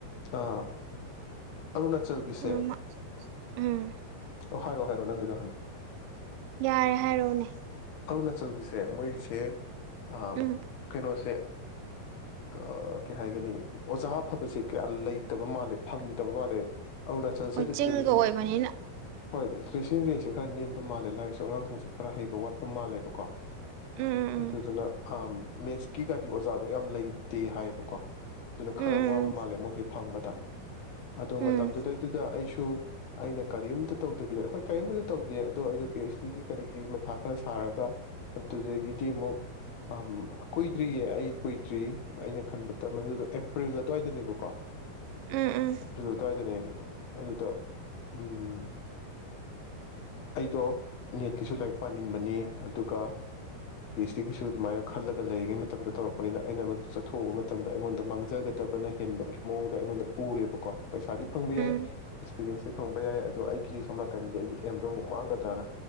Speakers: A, on the left; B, on the right.
A: ꯑꯥ ꯑꯔꯨꯅꯥꯆꯜꯒꯤꯁꯦ
B: ꯎꯝ ꯎꯝ
A: ꯑꯣ ꯍꯥꯏꯔꯣ ꯍꯥꯏꯔꯣ ꯅꯪꯒꯤꯗꯣ ꯍꯥꯟꯅ
B: ꯌꯥꯔꯦ ꯍꯥꯏꯔꯛꯎꯅꯦ
A: ꯑꯔꯨꯅꯥꯆꯜꯒꯤꯁꯦ ꯃꯣꯏꯒꯤꯁꯦ ꯑꯥ
B: ꯎꯝ
A: ꯀꯩꯅꯣꯁꯦ ꯀ ꯀꯩ ꯍꯥꯏꯒꯅꯤ ꯑꯣꯖꯥ ꯑꯐꯕꯁꯦ ꯀꯌꯥ ꯂꯩꯇꯕ ꯃꯥꯜꯂꯦ ꯐꯪ ꯇꯕ ꯃꯥꯜꯂꯦ ꯑꯔꯨꯅꯥꯆꯜꯁꯦ
B: ꯍꯣꯏ
A: ꯔꯤꯇ꯭ꯔꯤꯔꯤ
B: ꯆꯤꯡꯒ ꯑꯣꯏꯕꯅꯤꯅ
A: ꯍꯣꯏ ꯂꯤꯇ꯭ꯔꯔꯦꯁꯤ ꯔꯦꯠꯁꯦ ꯈꯔ ꯅꯦꯝꯕ ꯃꯥꯜꯂꯦ ꯂꯥꯏꯔꯤꯛꯁꯨ ꯑꯉꯥꯡꯁꯤꯡꯁꯨ ꯈꯔ ꯍꯩꯕ ꯋꯥꯠꯄ ꯃꯥꯜꯂꯦꯕꯀꯣ
B: ꯎꯝ ꯎꯝ
A: ꯑꯗꯨꯗꯨꯅ ꯑꯝ ꯃꯦꯠꯁꯀꯤꯒꯗꯤ ꯑꯣꯖꯥꯗꯣ ꯌꯥꯝ ꯂꯩꯇꯦ ꯍꯥꯏꯌꯦꯕꯀꯣ ꯑꯗꯨꯅ ꯈꯔ
B: ꯎꯝ
A: ꯋꯥꯕ ꯃꯥꯜꯂꯦ ꯃꯣꯏꯁꯦ ꯐꯪꯕꯗ ꯑꯗꯣ
B: ꯎꯝ
A: ꯃꯇꯝꯗꯨꯗꯩꯗꯨꯗ ꯑꯩꯁꯨ ꯁꯨ ꯑꯩꯅ ꯀꯔꯤꯝꯇ ꯇꯧꯗꯕꯤꯗ ꯍꯣꯏ ꯀꯔꯤꯝꯕꯨꯗꯤ ꯇꯧꯗꯦ ꯑꯗꯣ ꯑꯩꯗꯣ ꯄꯤ ꯍꯩꯆ ꯗꯤꯒꯤ ꯀꯔꯤ ꯀꯔꯤꯒꯤ ꯃꯊꯥ ꯈꯔ ꯁꯥꯔꯒ ꯑꯗꯨꯗꯒꯤꯗꯤ ꯑꯃꯨꯛ ꯑꯝ ꯀꯨꯏꯗ꯭ꯔꯤꯌꯦ ꯑꯩ ꯀꯨꯏꯗ꯭ꯔꯤ ꯑꯩꯅ ꯈꯟꯕꯗ ꯃꯗꯨꯗꯣ ꯑꯦꯄ꯭ꯔꯤꯜ ꯑꯗꯨꯋꯥꯏꯗꯅꯦꯕꯀꯣ
B: ꯎꯝ ꯎꯝ
A: ꯑꯦꯄ꯭ꯔꯤꯜ ꯑꯗꯨꯋꯥꯏꯗꯅꯦꯕ ꯑꯗꯨꯗ ꯎꯝ ꯑꯩꯗꯣ ꯅꯦꯠꯀꯤꯁꯨ ꯂꯥꯏꯔꯤꯛ ꯄꯥꯅꯤꯡꯕꯅꯦ ꯑꯗꯨꯒ ꯄꯤ ꯍꯩꯁ ꯗꯤꯒꯤꯁꯨ ꯑꯗꯨꯃꯥꯏꯅ ꯈꯜꯂꯒ ꯂꯩꯔꯤꯉꯩ ꯃꯇꯝꯗ ꯇꯧꯔꯛꯄꯅꯤꯅ ꯑꯩꯅ ꯃꯗꯨ ꯆꯠꯊꯣꯛꯎꯕ ꯃꯇꯝꯗ ꯑꯩꯉꯣꯟꯗ ꯃꯥꯡꯖꯒꯗꯕꯅ ꯍꯦꯟꯕꯒꯤ ꯃꯑꯣꯡꯗ ꯑꯩꯉꯣꯟꯗ ꯎꯔꯦꯕꯀꯣ ꯄꯩꯁꯥꯗꯤ ꯐꯪꯕ ꯌꯥꯏ
B: ꯎꯝ
A: ꯑꯦꯛꯁꯄꯤꯔꯤꯌꯦꯟꯁ ꯐꯪꯕ ꯌꯥꯏ ꯑꯗꯣ ꯑꯩꯒꯤ ꯁꯣꯝ ꯅꯥꯀꯟꯒꯤ ꯑꯩꯒꯤ ꯑꯦꯝꯗꯣ ꯑꯃꯨꯛ ꯃꯥꯡꯒꯗ꯭ꯔꯅ